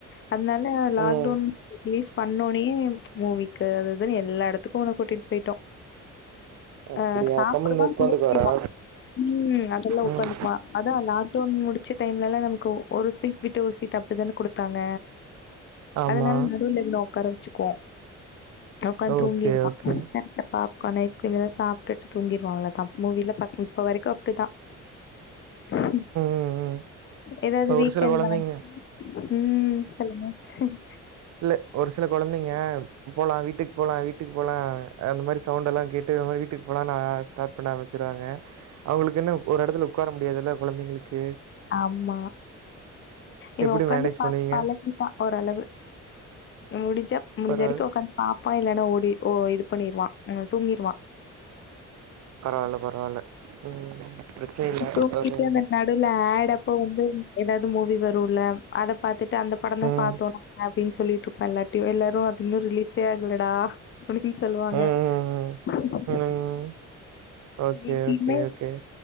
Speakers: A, on the left (about 40°); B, on the right (about 65°).
A: அதனால லாக்டௌன்
B: ம்.
A: ரிலீஸ் பண்ணனோனயே மூவிக்கு அது இதுன்னு எல்லா எடத்துக்கு அவன கூட்டிட்டு போயிட்டோ
B: அப்டியா
A: அ சாப்புடுவா
B: கம்முன்னு உக்காந்துக்குவாரா
A: தூங்கிருவா ம் அதெல்லா ஒ
B: ம்
A: அ அதா லாக்டௌன் முடிச்ச டைம்ல எல்லா நமக்கு ஒரு சீட் விட்டு ஒரு சீட் அப்படிதான குடுத்தாங்க
B: ஆமா
A: அதனால நடுவுல இவன ஒக்கார வச்சுக்குவோ ஒக்காந்து தூங்கிருவா
B: ஓகே ஓகே
A: த பாப்கான் ஐஸ்கிரீமு சாப்பிட்டுட்டு தூங்கிருவா‌ அவ்ளோ தா மூவில பாக்க இப்ப வரைக்கு அப்படிதா ம்
B: ம் ம்
A: ஏதாவது வீக்கெண்ட்
B: ஒரு சில கொழந்தைங்க
A: தா ம் சொல்லுங்க ம்
B: இல்ல ஒரு சில கொழந்தைங்க போலா வீட்டுக்கு போலா வீட்டுக்கு போலா அந்த மாதிரி சவுண்ட் எல்லா கேட் டு நம்ம வீட்டுக்கு போலானு அ ஸ்டாட் பண்ண ஆரம்பிச்சிருவங்க அவங்களுக்ககென்ன ஒரு இடத்துல உக்கார முடியாதுல்ல கொழந்தைங்களுக்கு
A: ஆமா இவ
B: எப்டி
A: உக்காந்து
B: மேனேஜ்
A: பாப்பா
B: பண்ணுவீங்க
A: எல்லாத்தயு பா ஓரளவு முடிஞ்சா முடிஞ்ச
B: பரவால்
A: வரைக்கு உக்காந் பாப்பா இல்லன்னா ஓடி ஓ இது பண்ணிருவா ‌ ம் தூங்கிருவா
B: பரவால்ல பரவால்ல ம் பிரச்சனை இல்ல
A: தூங்கிட்டு
B: ஒரு
A: அந்த நடுவுல ஆட் அப்ப வந்து எதாவது மூவி வரு ல அத பாத்துட்டு அந்த படந்தான்
B: ம்
A: பாத்தோம் நாங்க பா அப்படினு சொல்லிட்டு இருப்பா எல்லார்ட்டயு எல்லாரு அது இன்னு ரிலீஸே ஆகலடா ஒனக்கு சொல்லுவாங்க
B: ம் ம்
A: <unintelligible>
B: ம் ம் ஓகே
A: இங்கியுமே
B: ஓகே ஓகே